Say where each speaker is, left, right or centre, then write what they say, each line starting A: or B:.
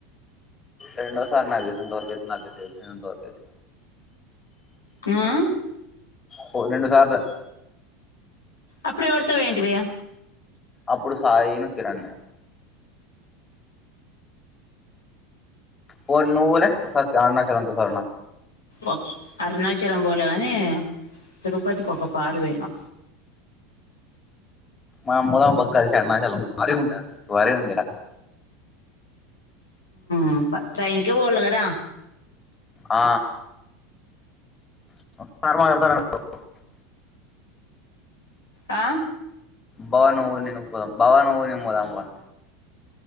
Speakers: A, on the left; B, on the left.
A: రెండొసారి నాది తెలిసినంత వరకు నాకు తెలిసినంత వరకైతే
B: ఆ
A: పొ రెండు సార్ల
B: అప్పుడెవడతొ పోయింటివి
A: అప్పుడు సాయి ను కిరణ పొల్ నువ్వు పోలె అత్ అరుణాచలం తొ స్వర్ణ
B: ఒ అరుణాచలం పోలే గనీ తిరుపతికి ఒక పారు పోయినా
A: మా అమ్మల బక్ కలిసి అరుణాచలం వారిగుంటది వారిగుందట
B: మ్ ట్రైన్కె పోవల గదా
A: ఆ <inaudible>
B: ఆ
A: బావ నువ్వు నెను పోదం బావా నువ్వు నెను పోదం బావ